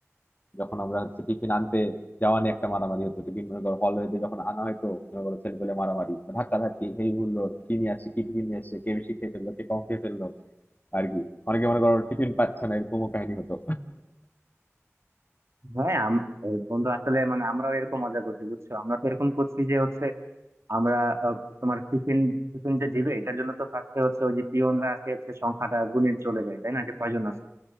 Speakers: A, on the left (about 35°); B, on the right (about 60°).
A: যখন আমরা হচ্ছে টিফিন আনতে যাওয়া নিয়ে একটা মারামারি হতো টিফিন মনে করো হলওয়েতে যখন আনা হয়তো মনে করো ছেলে পেলে মারামারি ধাক্কা ধাক্কি এই হুল্লোড় কি নিয়ে আসছে কি টিফিন নিয়ে আসছে কে বেশি খেয়ে ফেললো কে কম খেয়ে ফেললো আর কি অনেকে মনে করো টিফিন পাচ্ছে না এরকমও কাহিনী হতো
B: হ্যাঁ আম- এ, বন্ধু আসলে মানে আমরাও এরকম মজা করছি বুঝছো আমরা তো এরকম করছি যে হচ্ছে আমরা আহ, তোমার টিফিন টিফিন যে দিবে এটার জন্য তো ফার্স্টে হচ্ছে ওই যে পিয়নরা আসে হচ্ছে সংখ্যাটা গুণে চলে যায় তাই না যে কয়জন আসে